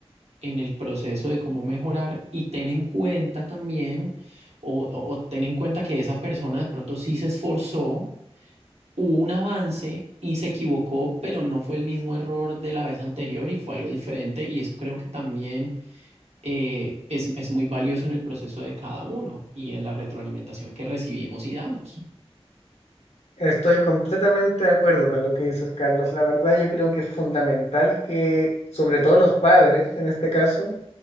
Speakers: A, on the right; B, on the left.
A: en el proceso de cómo mejorar y ten en cuenta también, o, o- o ten en cuenta que esa persona de pronto sí se esforzó, hubo un avance y se equivocó, pero no fue el mismo error de la vez anterior y fue algo diferente y eso creo que también eh, es, es muy valioso en el proceso de cada uno y en la retroalimentación que recibimos y damos.
B: Estoy completamente de acuerdo con lo que dices, Carlos. La verdad, yo creo que es fundamental que, sobre todo los padres, en este caso,